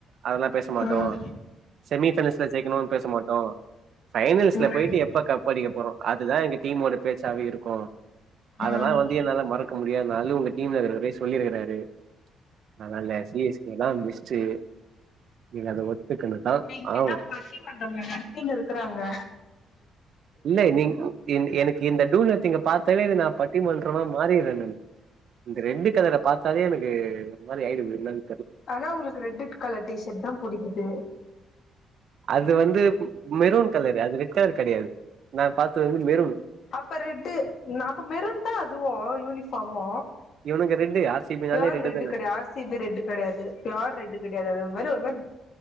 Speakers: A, on the right; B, on the left.
A: அதெல்லா பேச மாட்டோ
B: ம் ம்
A: செமி பைனல்ஸ்ல ஜெயிக்கணு பேச மாட்டோ ஃபைனல்ஸ்ல
B: ம்
A: போயிட்டு எப்ப கப் அடிக்க போறோ அதுதா எங்க டீமோட பேச்சாவே இருக்கு அதெல்லா
B: ம்
A: வந்து என்னால மறக்க முடியாத நாளு உங்க அதுல போய் சொல்லி இருக்குறாரு ஆனல்ல சி எஸ் கே தா பெஸ்டு நீங்க அது ஒத் துக்கனதா
B: இப்ப இங்கன்னா
A: ஆ
B: பட்டிமன்றம் நடத்தின்னு இருக்கறாங்க
A: இல்ல நீ எனக்கு இந்த டூலத் இங்க பாத்தாலே இத நா பட்டிமன்றமா மாறிறே நானு இந்த ரெண்டு கலர பாத்தாலே எனக்கு ஒரு மாரி ஆயிடுது என்னேனு
B: ஆனா உங்களுக்கு ரெட்டிட் கலர் டிஷர்ட் தா புடிக்குது
A: அது வந்து கு மெரூன் கலரு அது ரெட் கலர் கெடையாது நா பாத்தது வந்து மெரூன்
B: அப்ப ரெட்டு நா அப்ப மெரூன்தா அ இதுவு யூனிஃபாமு
A: இவனுங்க ரெட்டு ஆர் சி பி
B: பியோர்
A: னாலே
B: ரெட்டு
A: தான
B: கெடையாது ஆர் சி பி ரெட்டு கெடையாது பியோர் ரெட்டு கெடையாது அது ஒரு மாரி ஒரு